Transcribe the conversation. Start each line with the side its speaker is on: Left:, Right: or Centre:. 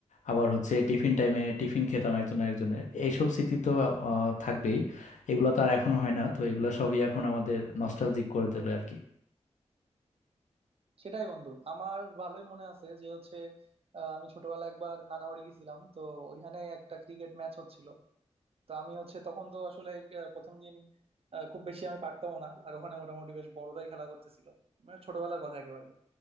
Left: আবার হচ্ছে টিফিন টাইমে টিফিন খেতাম একজন একজনের এইসব স্মৃতি তো আহ, থাকবেই এগুলো তো আর এখন হয় না তো এগুলো সবই এখন আমাদের নস্টালজিক করে তোলে আর কি
Right: সেটাই বন্ধু আমার ভালোই মনে আছে যে হচ্ছে আহ, আমি ছোটবেলায় একবার নানা বাড়ি গেছিলাম তো ওইখানে একটা ক্রিকেট ম্যাচ হচ্ছিল তো আমি হচ্ছে তখন তো আসলে আহ, প্রথম দিন আহ, খুব বেশি আমি পারতাম না আর ওখানে মোটামুটি বেশ বড়রাই খেলা করতেছিল মানে ছোটবেলার কথা একেবারে